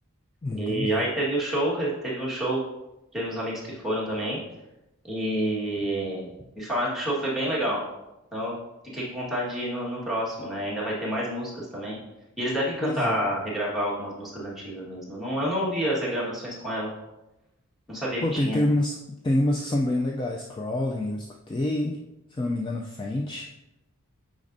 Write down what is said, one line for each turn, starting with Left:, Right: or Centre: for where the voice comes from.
Left: Entendi.
Centre: E aí teve o show, re- teve um show, teve uns amigos que foram também, e me falaram que o show foi bem legal. Então eu fiquei com vontade de ir no, no próximo, né? Ainda vai ter mais músicas também. E eles devem cantar,
Left: Pois é.
Centre: regravar algumas músicas antigas mesmo. Eu não, eu não ouvi as regravações com ela, não sabia
Left: Pô,
Centre: que tinha.
Left: tem, tem umas, tem umas que são bem legais. Crawling, eu escutei. Se eu não me engano, French.